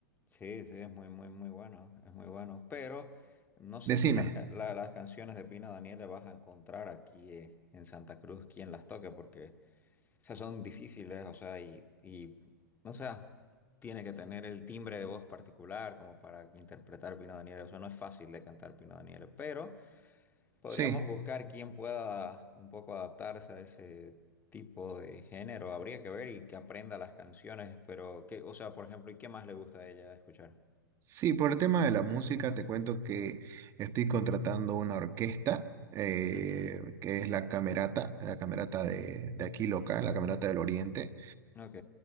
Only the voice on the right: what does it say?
Decime,
sí.
Sí, por el tema de la música, te cuento que estoy contratando una orquesta, eh,
que es la Camerata, la Camerata de, de aquí local, la Camerata del Oriente.